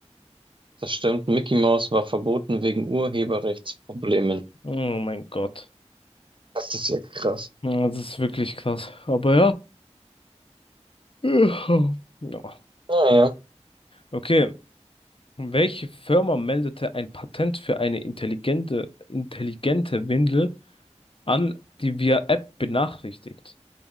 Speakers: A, on the right; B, on the left.
A: Das stimmt. Mickey Mouse war verboten wegen Urheberrechtsproblemen.
B: Oh mein Gott.
A: Das ist ja krass.
B: Ja, das ist wirklich krass. Aber ja. Ja.
A: Naja.
B: Okay. Welche Firma meldete ein Patent für eine intelligente, intelligente Windel an, die via App benachrichtigt?